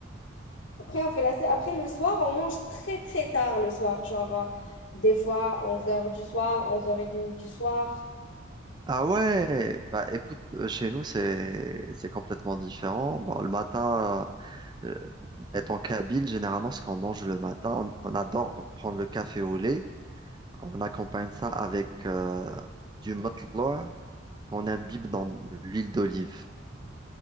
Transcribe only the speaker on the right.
Ah ouais, bah écoute, euh, chez nous c'est c'est complètement différent. Bon, le matin, euh, étant kabyle, généralement ce qu'on mange le matin, on, on adore prendre le café au lait. On accompagne ça avec euh, du matloa qu'on imbibe dans l'huile d'olive.